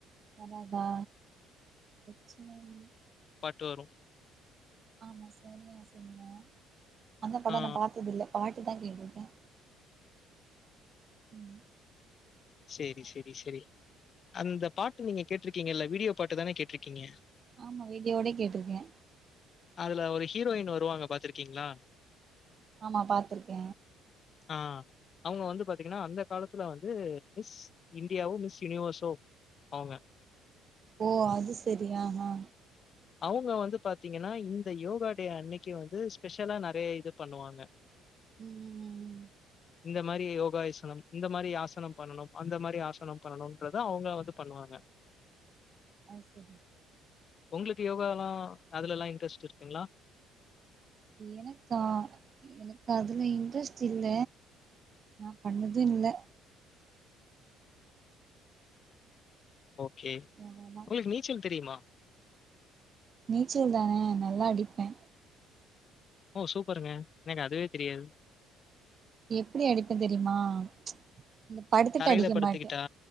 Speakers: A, on the right; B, on the left.
A: வராதா ரட்ச்சகன்
B: ட்டு வரு
A: ஆமா சோனியா சோனியா அந்த படொ
B: ஆ.
A: நா பாத்ததில்ல பாட் டுதா கேட்ருக்க உம்
B: சேரி செரி செரி அந்த பாட்டு நீங்க கேட்ருக்கீங்கல்ல வீடியோ பாட்டு தான கேட்ருக்கீங்க
A: ஆமா வீடியோட கேட்டிருக்க
B: அதுல ஒரு ஹீரோயின் வருவாங்க பாத்துருக்கீங்ளா
A: ஆமா பாத்துருக்க
B: ஆ அவுங்க வந்து பாத்தீங்கனா அந்த காலத்துல வந்து மிஸ் இந்தியாவோ மிஸ் யூனிவர்ஸோ அவுங்க
A: ஓ அது செரியா ஆ
B: அவுங்க வந்து பாத்தீங்கன்னா இந்த யோகா டே அன்னக்கி வந்து ஸ்பெஷலா நெறயா இது பண்ணுவாங்க
A: உம் உம் உம்
B: இந்த மாரி யோகாயிசனம் இந்த மாரியாசனம் பண்ணணும் அந்த மாரி ஆசனம் பண்ணணுன்றத அவுங்க வந்து பண்ணுவாங்க
A: அது செரி
B: உங்ளுக்கு யோகால்லா அதுல இன்ட்ரெஸ்ட் இருக்குங்ளா
A: எனக்கா எனக்கு அதுல இன்ட்ரெஸ்ட் இல்ல நா பண்ணது இல்ல
B: ஓகே
A: யோகாலா
B: உங்ளுக்கு நீச்சல் தெரியுமா
A: நீச்சல் தானே நல்லா அடிப்ப
B: ஓ சூப்பருங்க எனக்கு அதுவே தெரியாது
A: எப்டி அடிப்பன் தெரியுமா ப்ச் அந்த படுத்துட்டு
B: தரையில
A: அடிக்க
B: படுத்துக்கிட்டா?
A: மாட்ட